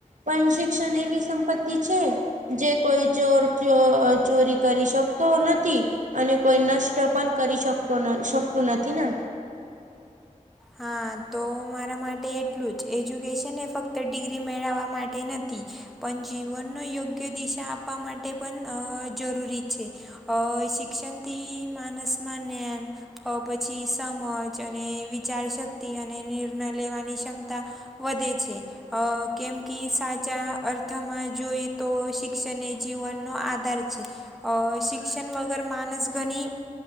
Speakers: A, on the right; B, in the centre.
A: પણ શિક્ષણ એવી સંપત્તિ છે જે કોઈ ચોર ચોરી કરી શકતો નથી. હતી અને કોઈ નષ્ટ પણ કરી શકતો શકતું નથી ને.
B: હા તો મારા માટે એટલું જ એજ્યુકેશન એ ફક્ત ડિગ્રી મેળવવા માટે નથી. પણ જીવનનો યોગ્ય દિશા આપવા માટે પણ અ જરૂરી છે. અ શિક્ષણ થી માનસ માં જ્ઞાન પછી સમજ અને વિચાર શક્તિ અને નિર્ણય લેવાની ક્ષમતા વધે છે. અ કેમ કે સાચા અર્થમાં જોઈ તો શિક્ષણ એ જીવનનો આધાર છે. અ શિક્ષણ વગર માનસ ઘની